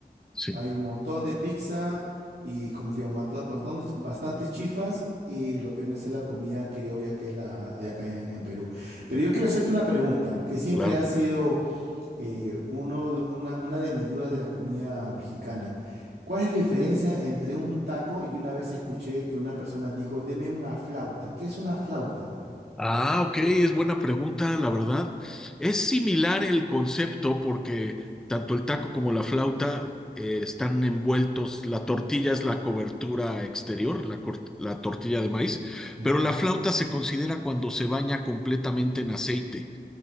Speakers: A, in the centre; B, on the right.
A: sí,
B: Hay un montón de pizza y, como te digo, mata- bastante, bastantes chifas y lo que viene a ser la comida criolla que es la de acá en, en Perú. Pero yo quiero hacerte una pregunta que siempre
A: claro.
B: ha sido eh, uno, una, una de mis dudas de la comida mexicana. ¿Cuál es la diferencia entre un taco y una vez escuché que una persona dijo, deme una flauta? ¿Qué es una flauta?
A: Ah, ok, es buena pregunta, la verdad. Es similar el concepto porque tanto el taco como la flauta eh, están envueltos, la tortilla es la cobertura exterior, la, cort- la tortilla de maíz,
B: Ujú.
A: pero la flauta se considera cuando se baña completamente en aceite.